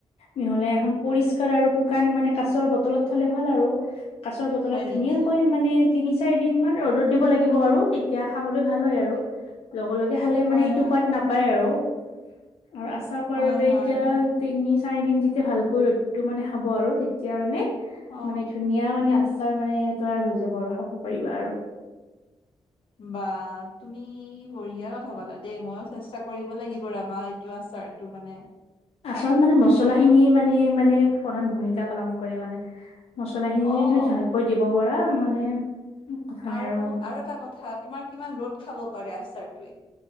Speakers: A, on the left; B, on the left.
A: মিহলাই এখন পৰিষ্কাৰ আৰু শুকান মানে কাছৰ বটলত থলে ভাল আৰু। কাছৰ বতলত
B: হয়
A: ধুনীয়াকৈ
B: নেকি
A: মানে তিনি চাৰি দিন মান ৰ'দত দিব লাগিব আৰু তেতিয়া খাবলৈ ভাল হয় আৰু। লগে লগে খালে
B: হয়
A: মানে এইটো
B: হয়
A: সোৱাদ নাপায় আৰু। আৰু আচাৰ খোৱাৰ
B: হয়
A: বাবে
B: হয়
A: এতিয়া,
B: হয়
A: তিনি চাৰিদিন যেতিয়া ভালকৈ ৰ'দটো মানে খাব আৰু, তেতিয়া মানে
B: অ'।
A: মানে ধুনীয়া মানে, আচাৰ মানে, তৈয়াৰ হৈ যাব আৰু খাব পাৰিবা আৰু
B: বা তুমি বঢ়িয়া কথা হ'বলা দেই, মইও চেষ্টা কৰিব লাগিব এবাৰ, এইটো আচাৰটো মানে খাই
A: আচলত মানে মচলা খিনি মানে মানে প্ৰধান ভূমিকা পালন কৰে মানে। মছলাখিনি
B: অ
A: তুমি ভালকৈ দিব পাৰা মানে কথা নাই
B: আৰু,
A: মানে
B: আৰু এটা কথা, তোমাৰ কিমান ৰ'দ খাব পাৰে আচাৰটোৱে?